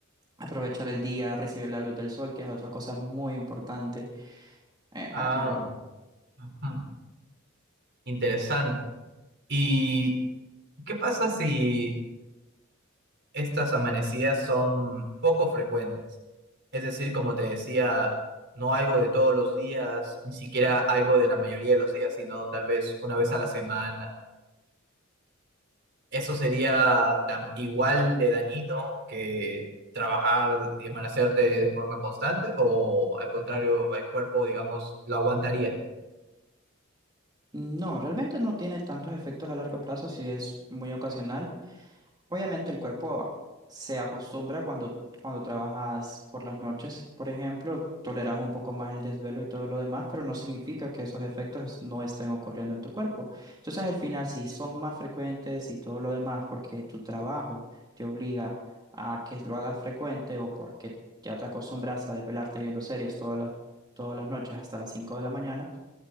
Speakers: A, on the right; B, on the right.
A: aprovechar el día, recibir la luz del sol, que es otra cosa muy importante, eh,
B: Ah,
A: hazlo.
B: ujú, interesante. ¿Y qué pasa si estas amanecidas son poco frecuentes? Es decir, como te decía, no algo de todos los días, ni siquiera algo de la mayoría de los días, sino tal vez una vez a la semana. Eso sería tan igual de dañino que trabajar y amanecerte de forma constante, o al contrario, el cuerpo, digamos, lo aguantaría.
A: No, realmente no tiene tantos efectos a largo plazo si es muy ocasional. Obviamente el cuerpo se acostumbra cuando, cuando trabajas por las noches, por ejemplo, toleras un poco más el desvelo y todo lo demás, pero no significa que esos efectos es- no estén ocurriendo en tu cuerpo. Entonces al final, si son más frecuentes y todo lo demás, porque tu trabajo te obliga a que lo hagas frecuente o porque ya te acostumbras a desvelarte viendo series todas las, todas las noches hasta las 5 de la mañana,